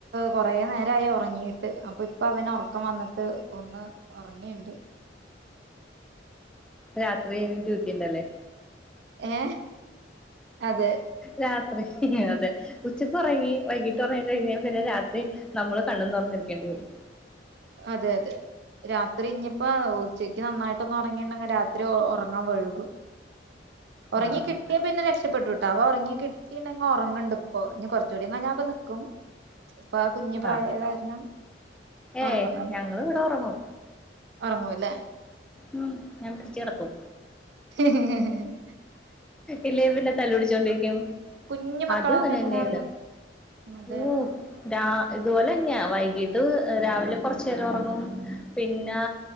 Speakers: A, on the right (about 65°); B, in the centre.
A: കുറേ നേരമായി ഉറങ്ങിയിട്ട് അപ്പൊ ഇപ്പൊ അവന ഉറക്കം വന്നിട്ട് ഒന്ന് ഉറങ്ങിണ്ട്
B: രാത്രി ഡ്യൂട്ടി ഉണ്ടല്ലേ
A: ഏ അതെ
B: രാ അത്ര അതെ ഉച്ചക്ക് ഉറങ്ങി വൈകീട്ട് ഉറങ്ങി കഴിഞ്ഞാൽ പിന്നെ രാത്രി നമ്മള് കണ്ണും തുറന്നിരിക്കേണ്ടി വരും
A: അതെ അതെ രാത്രി ഇഞ്ഞിപ്പോ ഉച്ചക്ക് നന്നായിട്ട് പെട്ടന്ന് ഉറങ്ങിയിണ്ടെങ്കിൽ രാത്രി ഉറങ്ങാൻ വഴുകും ഉറങ്ങി
B: ആഹ്
A: കിട്ടിയാ പിന്ന രക്ഷപ്പെട്ടിട്ടാ അവ കിട്ടിങ് ഉറങ്ങണ്ട് ഇപ്പോൊ ഇനി കൊറച്ചുകൂടി ഞൊക്കെ നക്കും അപ്പൊ ആ കുഞ്ഞു പ്രായ
B: ആഹ്
A: കാരണം ഉറങ്ങുന്നുണ്ട്
B: ഏയ് ഞങ്ങള് ഇവിടെ ഉറങ്ങും
A: ഉറങ്ങുവല്ലേ
B: ഉം ഞാൻ പിടിച്ച കിടത്തും
A: ഉ ഉ ഉ ഉ
B: ഇല്ല പിന്നെ തല്ലു പിടിച്ചോണ്ടിരിക്കും
A: കുഞ്ഞു മക്കളാവുമ്പോ
B: ആദ്യം അവനന്നെയന്ന്
A: എങ്ങനായിരുന്നു അതെ
B: ഓ രാ ഇതുപോലെ തന്നെയാ വൈകീട്ട് രാവിലെ കൊറച്ചു നേരം ഉറങ്ങും പിന്നെ
A: ഉം